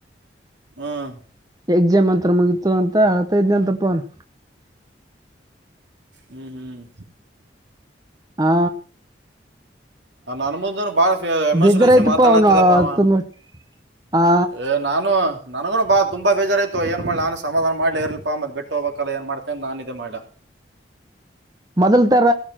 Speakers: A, on the right; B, on the right.
A: ಹ್ಮ್
B: ಎಕ್ಸಾಮ್ ಅಂತ ಮುಗತ ಅಂತ ಹೇಳ್ತಾ ಇದನ ಅಂತಪ್ಪ ಅವನು
A: ಹ್ಮ್ ಹ್ಮ್
B: ಹಾ
A: ನಾ ನನ್ ಮುಂದ ಬಾಳ ಎಮಸಷ
B: ಬೇಜಾರಾಯ್ತಪ್ಪ
A: ಮಾತಾಡತಿದಪ್ಪ
B: ಅವನು
A: ಅವ
B: ಅತ್ತ ನೋಡಿ ಆ
A: ಏ ನಾನು ನನಗುನು ಬಾ ತುಂಬಾ ಬೇಜಾರಾಯಯತತ್ತು ಏನ್ ಮಾಡ ನಾನು ಸಮಾಧಾನ ಮಾಡ್ಲ ಇರ್ಲ್ಪಾ ಮತ್ ಬಿಟ್ಟು ಹೋಗ್ಬೇಕಲ್ಲ ಏನ್ ಮಾಡ್ತೆ ಅ ನಾನ ಇೇ ಮಾಡ
B: ಮೊದಲ್ ತರ